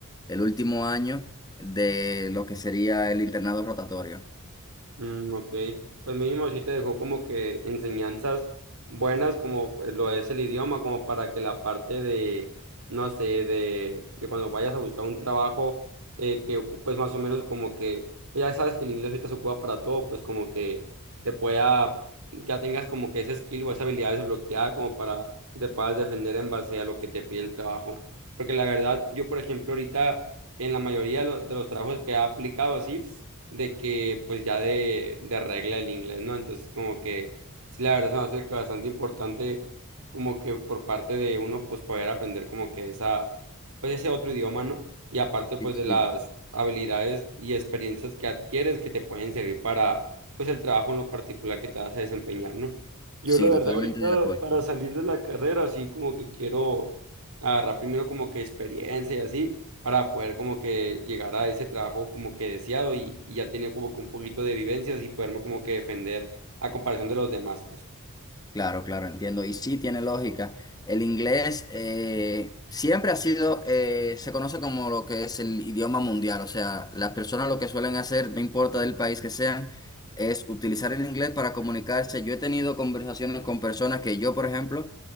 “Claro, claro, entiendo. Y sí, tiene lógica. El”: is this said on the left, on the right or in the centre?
Left